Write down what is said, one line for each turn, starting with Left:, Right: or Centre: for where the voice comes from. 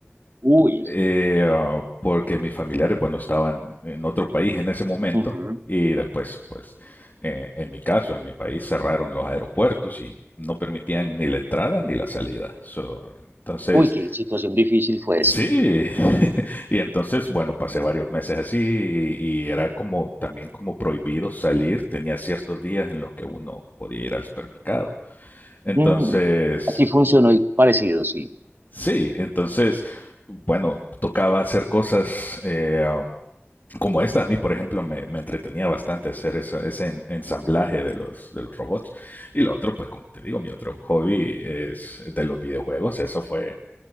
Right: Uy.
Left: eh, ah, porque mis familiares, bueno, estaban en otro país en ese momento
Right: Ujú.
Left: y después, pues, eh, en mi caso, en mi país cerraron los aeropuertos y no permitían ni la entrada ni la salida. So, entonces,
Right: Uy, qué situación difícil fue,
Left: Sí,
Right: sí.
Left: <laughs> y entonces, bueno, pasé varios meses así y, y era como también como prohibido salir, tenía ciertos días en los que uno podía ir al supermercado. Entonces,
Right: Mm, Aquí funcionó y parecido, sí.
Left: sí, entonces, bueno, tocaba hacer cosas eh, um, como esta. A mí, por ejemplo, me, me entretenía bastante hacer esa- ese en- ensamblaje de los, de los robots. Y lo otro, pues como te digo, mi otro hobby es de los videojuegos. Eso fue